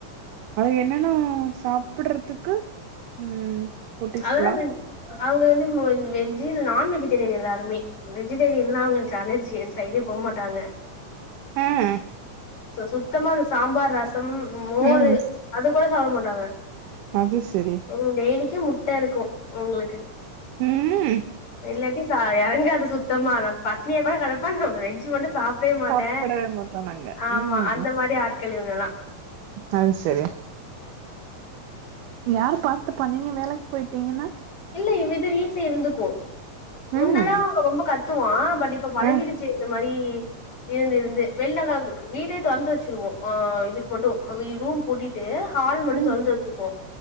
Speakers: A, on the right; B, on the left.
A: அது என்னென்னா சாப்பட்றதுக்கு ம் குட்டீஸ்கெல்லா
B: அதெல்லா அவங்க வந்து இ நான்வெஜிடேரியன் எல்லாருமே வெஜிடேரியன்னா அவங்களுக்கு அலர்ஜி அந்த சைடே போ மாட்டாங்க
A: அ
B: சுத்தமா அந்த சாம்பார் ரசம் மோரு
A: ம்
B: அது கூட சாப்ட மாட்டாங்க
A: அது செரி
B: ம் டெய்லிக்கு முட்ட இருக்கு உங்களுக்கு
A: ம்
B: இல்லாட்டி சா எறங்காது சுத்தமா நா பட்னியா கூட கடப்ப நா வெஜ்ஜு மட்டு சாப் வே மாட்ட
A: சாப்படவே மாட்டோ நாங்க
B: ஆமா
A: ம்
B: அந்த மாரி ஆட்கள் இவகல்லா
A: அது சரி யார் பாத்து பண்ணீங்க வேலைக்கு போயிட்டீங்கன்னா
B: இல்ல இ இது வீட்ல இருந்துக்கு முன்னல்லா
A: ம்
B: ரொம்ப கத்துவா பட் இப்ப பழகிடுச்
A: அ
B: சரி இந்த மாரி இருந்து இருந்து வெள்ளக்கா வீடே தொறந்து வச்சுருவோ இதுக்கு மட்டு ரூம் போட்டீட்டு ஹால் மட்டு
A: ம்
B: தொறந்து வச்சுப்போ